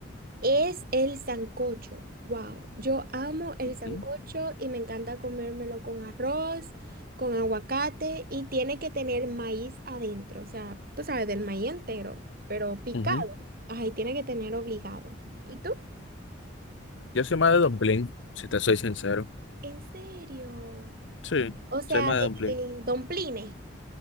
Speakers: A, on the right (about 50°); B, on the left (about 70°).
A: es el sancocho. Wow, yo amo el
B: Ujú,
A: sancocho y me encanta comérmelo con arroz, con aguacate y tiene que tener maíz adentro, o sea, tú sabes, del maíz entero, pero picado.
B: ujú.
A: Ay, tiene que tener obligado. ¿Y tú?
B: Yo soy más de dumpling, si te soy sincero.
A: ¿En serio?
B: Sí,
A: O sea,
B: soy más de dumpling.
A: de, de domplines.